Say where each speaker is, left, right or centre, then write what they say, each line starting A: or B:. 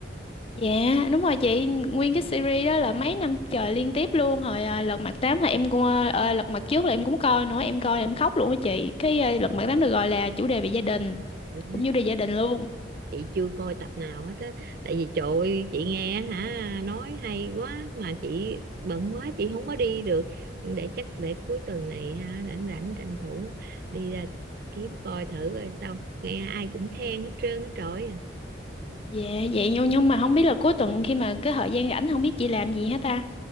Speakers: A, on the left; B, on the right.
A: Dạ đúng rồi chị Nguyên cái series đó là mấy năm trời liên tiếp luôn Hồi à, Lật Mặt tám là em cũng à, ờ, Lật Mặt trước là em cũng coi nữa Em coi là em khóc luôn á chị Cái à, Lật Mặt tám được gọi là chủ đề về gia đình
B: Ừ,
A: Cũng chủ đề gia đình luôn
B: chị chưa coi tập nào hết á tại vì trời ơi, chị nghe hả nói hay quá mà chị bận quá chị không có đi được để chắc để cuối tuần này ha, rảnh rảnh tranh thủ đi ra kiếm coi thử rồi xong nghe ai cũng khen hết trơn hết trọi
A: Dạ vậy nhưng, nhưng mà không biết là cuối tuần Khi mà cái thời gian rảnh không biết chị làm gì hết ta